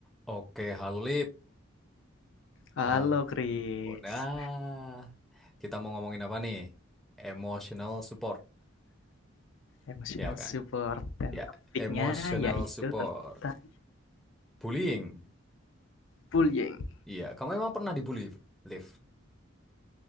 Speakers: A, in the centre; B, on the left.
A: Oke, halo Lip.
B: Halo
A: Halo.
B: Chris,
A: Nah, kita mau ngomongin apa nih? Emotional support,
B: emotional
A: ya kan?
B: support dan
A: Ya,
B: topiknya
A: emotional
B: yaitu
A: support.
B: tentang
A: Bullying.
B: bullying.
A: Iya, kamu emang pernah dibully, Liv?